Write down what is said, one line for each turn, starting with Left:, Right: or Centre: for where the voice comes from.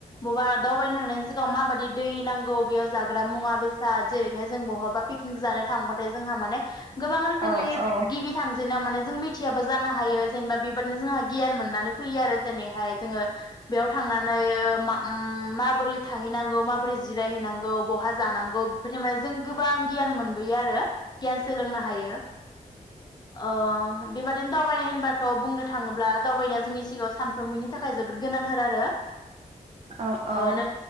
Left: बबा दावबायनो थांनायनि सिगाङाव माबादि दै नांगौ बेयाव जाग्रा मुवा बे साल जेरैहाय जों बहाबा पिकनिक जानो थांबाथाय जोंहा मानेह गोबां रोखोमनि
Right: औ औ
Left: गिबि थांजेनोआ माने जों मिथियाबो जानो हायो जेनेबा बेबादिनो जोंहा गियान मोननानै फैयो आरो जेनैहाय जोङो बेयाव थांनानै ओ माम ओम माबोरै थाहैनांगौ माबोरै जिरायहैनांगौ बहा जानांगौ फोथाय माने जों गोबां गियान मोनबोयो आरो गियान सोलोंनो हायो। अह बेबादिनो दावबायनाय होनबाथ बुंनो थाङोब्ला दावबायनाया जोंनि सिगाङाव सानफ्रोमबोनि थाखाय जोबोद गोनांथार आरो।
Right: औ
Left: ओ
Right: औ
Left: नों